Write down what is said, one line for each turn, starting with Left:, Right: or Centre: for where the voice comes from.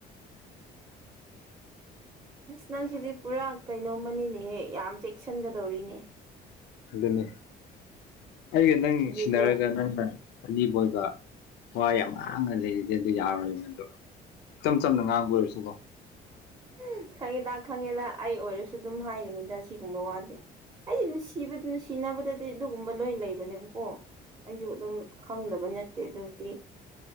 Right: ꯑꯁ ꯅꯪ ꯁꯤꯗꯤ ꯄꯨꯔꯥ ꯀꯩꯅꯣꯝꯃꯅꯤꯅꯦꯍ ꯌꯥꯝ ꯆꯦꯛꯁꯤꯟꯒꯗꯧꯔꯤꯅꯦ
Left: ꯑꯗꯨꯅꯤ ꯑꯩꯒ ꯅꯪ
Right: ꯀꯤꯌꯦꯀꯣ
Left: ꯁꯤꯟꯅꯔꯒ ꯅꯪꯅ ꯑꯅꯤꯕ ꯑꯣꯏꯕ ꯍꯣꯏ ꯌꯥꯝ ꯉꯥꯡꯉꯂꯔꯗꯤ ꯑꯗꯨ ꯌꯥꯔꯣꯏꯕ ꯑꯗꯣ ꯏꯆꯝ ꯆꯝꯅ ꯉꯥꯡꯕ ꯑꯣꯏꯔꯁꯨꯀꯣ
Right: ꯎ ꯈꯪꯉꯦꯗ ꯈꯪꯉꯦꯗ ꯑꯩ ꯑꯣꯏꯔꯁꯨ ꯑꯗꯨꯝ ꯍꯥꯏꯒꯅꯤꯗ ꯁꯤꯒꯨꯝꯕ ꯋꯥꯗꯤꯦ ꯑꯩꯅꯨꯡꯁꯤꯕꯅꯨꯡꯁꯤꯅ ꯗꯗꯤ ꯑꯗꯨꯒꯨꯝꯕ ꯂꯣꯏ ꯂꯩꯕꯅꯦꯕꯀꯣ ꯑꯩꯁꯨ ꯑꯗꯨꯝ ꯈꯪꯗꯕ ꯅꯠꯇꯦ ꯑꯗꯨꯗꯤ